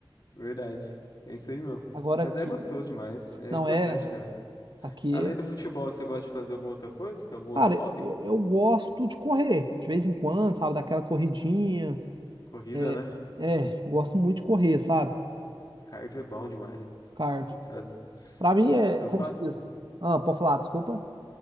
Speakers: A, on the left (about 45°); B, on the right (about 55°).
A: Verdade. É isso aí mesmo.
B: Agora
A: Mas
B: aqui,
A: é gostoso demais, é
B: não
A: importante
B: é.
A: também.
B: Aqui,
A: Além
B: é-
A: do futebol, você gosta de fazer alguma outra coisa? Tem algum outro
B: cara,
A: hobby?
B: eu eu gosto de correr. De vez em quando, sabe? Daquela corridinha.
A: Corrida,
B: É,
A: né?
B: é, eu gosto muito de correr, sabe?
A: Cardio é bom demais.
B: Cardio.
A: Tem que fazer.
B: Pra mim é,
A: Eu
B: como
A: faço.
B: se diz? Ah, pode falar, desculpa.